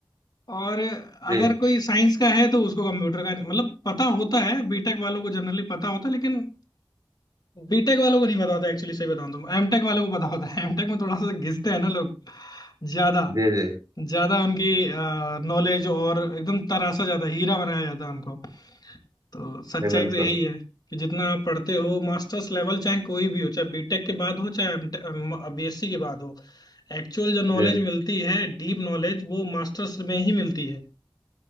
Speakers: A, on the left; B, on the right.
A: और
B: <laughs> जी
A: अगर कोई साइंस का है तो उसको कंप्यूटर का मतलब पता होता है बीटेक वालों को जनरली पता होता है लेकिन बीटेक वालों को नहीं पता होता एक्चुअली सही बताऊं तो एमटेक वालों को पता होता है <laughs> एमटेक में थोड़ा सा घिसते हैं ना लोग ज्यादा
B: जी जी
A: ज्यादा उनकी नॉलेज और एकदम तरासा जाता है हीरा बनाया जाता है उनको तो सच्चाई
B: जी बिल्कुल
A: तो यही है कि जितना आप पढ़ते हो मास्टर्स लेवल चाहे कोई भी हो चाहे बीटेक के बाद हो चाहे बीएससी के बाद हो एक्चुअल जो नॉलेज
B: जी
A: मिलती है डीप नॉलेज वो मास्टर्स में ही मिलती है